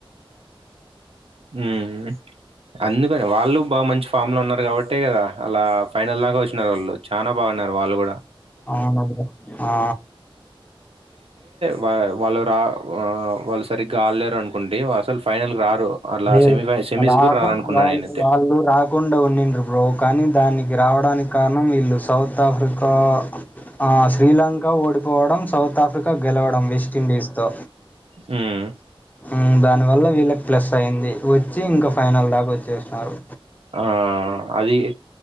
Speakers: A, on the right; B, on the left.
A: ఉమ్ అందుకని వాళ్ళు బా మంచి ఫామ్ లో ఉన్నారు కాబట్టే కదా అలా ఫైనల్ దాక వచ్చినారు వాళ్ళు చానా బాగా అన్నారు వాళ్ళు కూడ
B: అవును బ్రో ఆ
A: వ వాళ్ళ రా ఆ వాళ్ళు సరిగ్గా ఆలలేరు అనుకుంటి అసలు ఫైనల్ రారు అలా
B: లే
A: సెమీ ఫై సెమీస్
B: రాకుం
A: గూడా రారనుకున్నా
B: వాళ్ళ
A: నేనైతే.
B: వాళ్ళు రాకుండా ఉన్నిండ్రు బ్రో కానీ దాన్ని రావడానికి కారణం వీళ్ళు సౌత్ ఆఫ్రికా ఆ శ్రీలంక ఓడిపోవడం సౌత్ ఆఫ్రికా గెలవడం వెస్ట్ ఇండీస్తో
A: హ్మ్మ్
B: హ్మ్మ్ దానివల్ల వీళ్ళకి ప్లస్ అయింది వచ్చి ఇంకా ఫైనల్ దాక వచ్చేస్నారు
A: ఆ అది